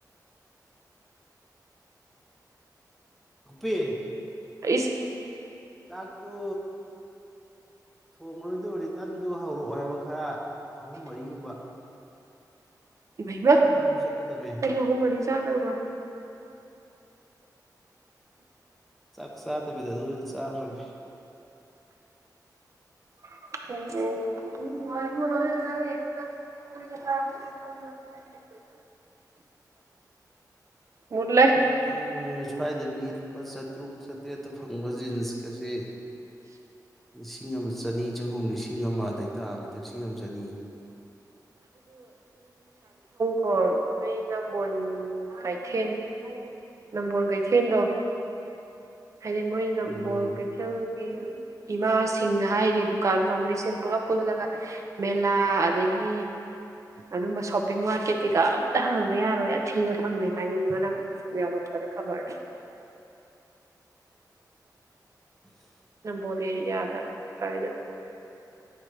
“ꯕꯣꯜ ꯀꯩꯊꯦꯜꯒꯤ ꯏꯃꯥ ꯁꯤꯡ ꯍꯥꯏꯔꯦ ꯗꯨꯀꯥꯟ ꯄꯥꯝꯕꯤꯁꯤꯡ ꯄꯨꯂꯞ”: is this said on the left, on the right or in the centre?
Right